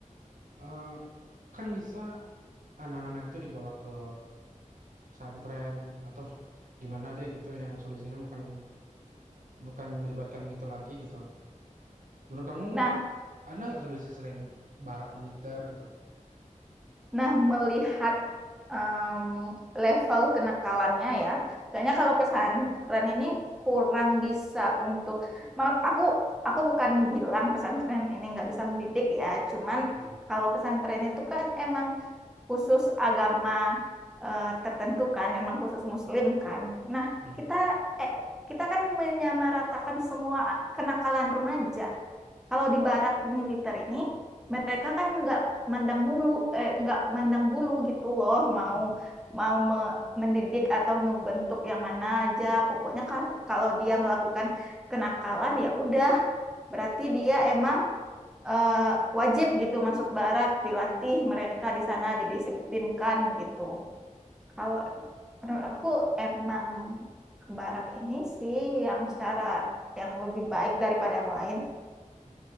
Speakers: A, on the right; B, in the centre.
A: eee, kan bisa anak-anak itu dibawa ke pesantren atau gimana deh gitu yang solusinya bukan bukan melibatkan militer lagi gitu. Menurut kamu
B: Nah,
A: ada nggak solusi selain barak militer gitu?
B: Nah, melihat em, level kenakalannya ya, kayaknya kalau pesantren ini kurang bisa untuk ma- aku aku bukan bilang pesantren ini nggak bisa mendidik ya, cuman
A: Ya,
B: kalau pesantren itu kan emang khusus agama eh, tertentu kan, emang khusus Muslim kan. Nah,
A: mhm,
B: kita eh, kita kan menyamaratakan semua kenakalan remaja. Kalau di barak militer ini, mereka kan nggak mandang mulu, eh, nggak mandang bulu gitu loh, mau
A: mmm.
B: mau me- mendidik atau ngebentuk yang mana aja. Pokoknya ka- kalau dia melakukan kenakalan ya udah, berarti dia emang eh, wajib gitu masuk barak, dilatih mereka di sana, didisiplinkan gitu. Kalau menurut aku emang barak ini sih yang cara yang lebih baik daripada yang lain.
A: mmm.